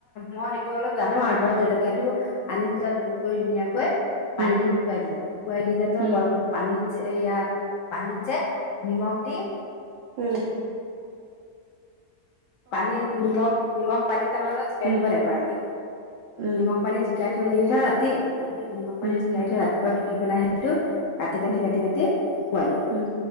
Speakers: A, on the left; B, on the right.
A: মই সেইটো অলপ জানো আৰু ধৰ জলকীয়াটো আনি কৈ ধুনীয়াকৈ
B: উম
A: পানীটো শুকুৱাই দিলো। শুকুৱাই দিলেতো
B: উম
A: গৰম পানীত যে ইয়াত পানীত যে নিমখ দি
B: উ।
A: পানীত নিমখ, নিমখ পানীত <unintelligible> জিকাই
B: উম
A: থব লাগিব ৰাতি।
B: উম
A: নিমখ পানী জিকাই থৈ দিলে ধৰ ৰাতি, ৰাতি নিমখ পানী
B: উম
A: জিকাই থৈ ৰাতিপুৱা টুকি পেলাই সেইটো কাটি-কাটি-কাটি-কাটি
B: উম
A: শুকোৱাই দিম।
B: উম